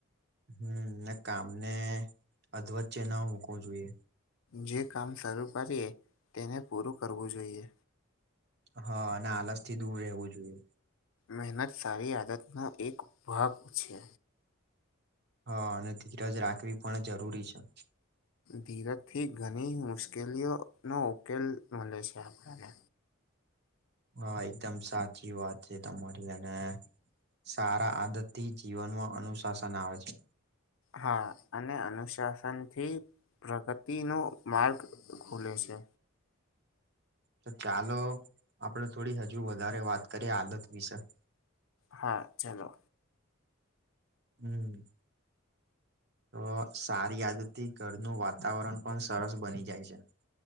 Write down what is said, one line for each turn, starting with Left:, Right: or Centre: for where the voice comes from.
Right: હમ કામને અધ્વચ્ચે ન મુૂકવું જોઈએ.
Left: જે કામ શરૂ કરીએ, તેને પૂરું કરવું જોઈએ.
Right: હા અને આલસ થી દૂર રહેવું જોઈએ.
Left: મહેનત સારી આદતનો એક ભાગ છે
Right: હા અને ધીરજ રાખવી પણ જરૂરી છે
Left: ધીરજથી ઘણી મુશ્કેલીઓનોો ઉકેલ મળે છે આપણને
Right: હા એકદમ સાચી વાત જે તમારી અને સારા આદત થી જીવનમાં અનુશાસન આવે છે
Left: હા અને અનુશાસનથી પ્રગતિ નો માર્ગ ખુલે છે
Right: તો ચાલો આપડ થોડી હજુ વધારે વાત કરીએ આદત વિશે
Left: હા ચાલો
Right: હમ્મ તો સારી આદતથી ઘરનું વાતાવરણ પણ સરસ બની જાય છે.